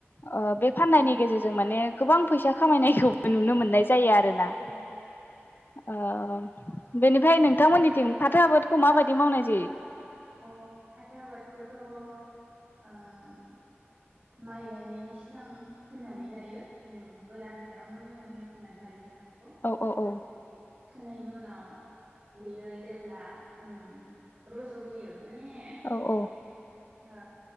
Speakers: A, on the left (about 50°); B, on the right (about 40°).
A: ओ
B: उम
A: बे फाननायनि गेजेरजों माने गोबां फैसा खामायनायखौबो नुनो मोननाय जायो आरो ना ।
B: अ
A: ओं बेनिफ्राय नोंथांमोननि निथिं फाथो आबादखौ माबायदि मावनाय जायो?
B: अ फाथो आबादखौथ' ओम माइ गायनायनि सिगां फोननानै लायो । गोरान हायावनो मोजाङै फोनानै लायो । फादोब
A: औ औ औ
B: ओमफ्राय फोनायनि उनाव बेयो जेब्ला ओम र जबोयो माने
A: औ औ
B: ओ